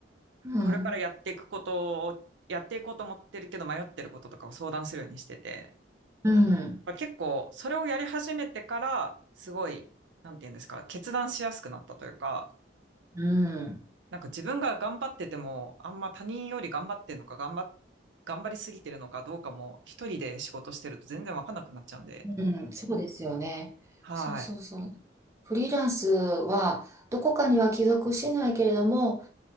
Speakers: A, on the right (about 15°); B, on the right (about 85°).
A: うん、
B: これからやっていくことを、やっていこうと思ってるけど迷ってることとかを相談するようにしてて、
A: うん。
B: 結構それをやり始めてから、すごい、なんていうんですか、決断しやすくなったというか、
A: うん
B: なんか自分が頑張ってても、あんま他人より頑張ってるのか、頑張っ、頑張りすぎてるのかどうかも、一人で仕事してると全然わかんなくなっちゃうんで。
A: うん、そうですよね。
B: はい。
A: そうそうそう。フリーランスはどこかには帰属しないけれども、